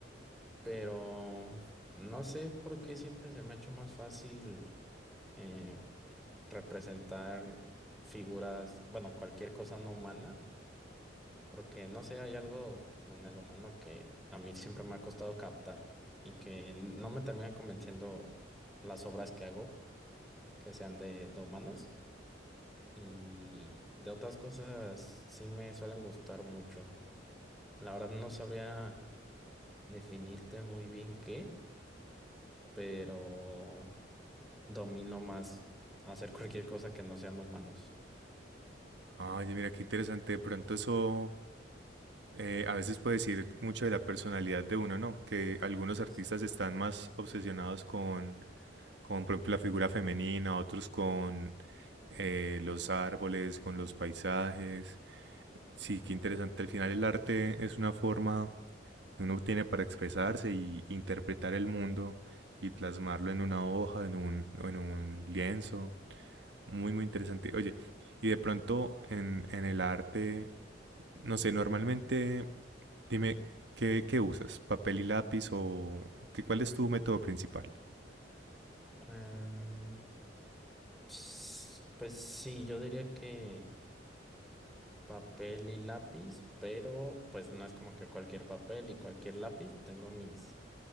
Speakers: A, in the centre; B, on the right.
A: pero no sé por qué siempre se me ha hecho más fácil eh, representar figuras, bueno, cualquier cosa no humana porque no sé, hay algo como en el humano que a mí siempre me ha costado captar y que no me terminan convenciendo las obras que hago, que sean de, de humanos y de otras cosas sí me suelen gustar mucho. La verdad no sabría definirte muy bien qué, pero domino más hacer <laughs> cualquier cosa que no sean humanos.
B: Oye, mira, qué interesante. De pronto eso eh, a veces puede decir mucho de la personalidad de uno, ¿no? Que algunos artistas
A: Sí.
B: están más obsesionados con, con por ejemplo, la figura femenina, otros con eh, los árboles, con los paisajes. Sí, qué interesante. Al final el arte es una forma que uno tiene para expresarse y interpretar el mundo y plasmarlo en una hoja, en un, o en un lienzo. Muy, muy interesante. Oye, y de pronto en, en el arte, no sé, normalmente dime, ¿qué, qué usas? ¿Papel y lápiz o qué, cuál es tu método principal?
A: Em, s- pues sí, yo diría que... papel y lápiz, pero pues no es como que cualquier papel y cualquier lápiz. Tengo mis,